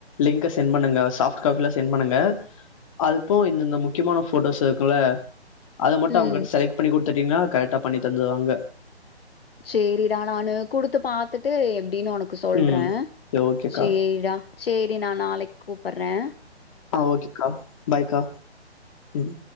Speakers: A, on the left; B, on the left.
A: லிங்க்க சென்ட் பண்ணுங்க சாஃப்ட் காப்பிலா சென்ட் பண்ணுங்க அதுப்போ இந்தந்த முக்கியமான ஃபோட்டோஸ் இருக்குல்ல அது மட்டு
B: ம்.
A: அவுங்கட்ட செலக்ட் பண்ணி குடுத்துட்டீங்னா கரெக்டா பண்ணி தந்துருவாங்க
B: சேரிடா நானு குடுத்து பாத்துட்டு எப் டின்னு உனக்கு சொல்றே
A: ம். சரி ஓகேக்கா.
B: சேரிடா சேரி நா நாளைக் கூப்பர்றே
A: ஆ ஓகேக்கா பாய்கா ம்